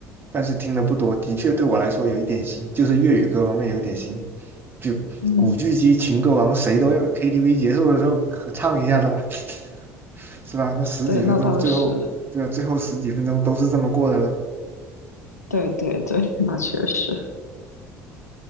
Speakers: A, on the right; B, on the left.
A: 但是听的不多，的确对我来说有一点新，就是粤语歌方面有一点新，就古巨基、
B: <laughs> 嗯，
A: 情歌王，谁都要 KTV 结束的时候可唱一下的啦，<laughs> 是吧？那十几分钟，
B: 对，那倒是，
A: 最后对啊，最后十几分钟都是这么过的啦。
B: 对对对，<laughs> 那确实。